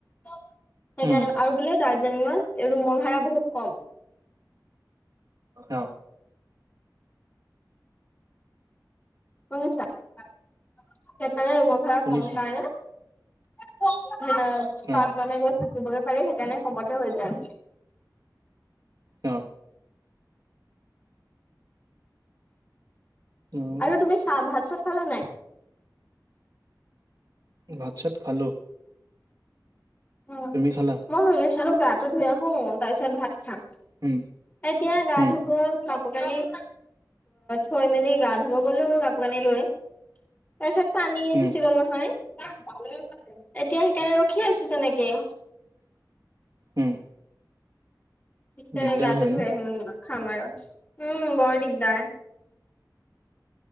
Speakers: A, on the left (about 25°); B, on the right (about 60°).
A: সেইকাৰণে
B: উম,
A: আৰু বোলে দাৰ্জিলিঙত ৰুমৰ ভাড়া বহুত কম।
B: অ',
A: শুনিছা। সেইকাৰণে ৰুমৰ ভাড়া
B: শুনিছোঁ
A: কম কাৰণে তাত
B: অ',
A: মানে গৈ থাকিবগে পাৰে সেইকাৰণে কমতে হৈ যায়।
B: অ', উম,
A: আৰু তুমি চাহ, ভাত-চাত খালা নাই?
B: ভাত-চাত খালো।
A: উম,
B: খালা?
A: মই ভাবিছিলো গাটো ধুই আহো তাৰ পিছত ভাত খাম।
B: উম,
A: এতিয়া গা
B: উম,
A: ধুব, কাপোৰ কানি থৈ মেলি গা ধুব গলো। কাপোৰ কানি লৈ, তাৰ পিছত পানী
B: উম,
A: গুচি গ'ল নহয়, এতিয়া সেইকাৰণে ৰখি আছো তেনেকে।
B: উম,
A: দি তেনাই
B: দিগদাৰ
A: গাটো
B: হয়
A: ধুুৱই
B: ন?
A: আহিম খাম আৰু উম, বৰ দিগদাৰ।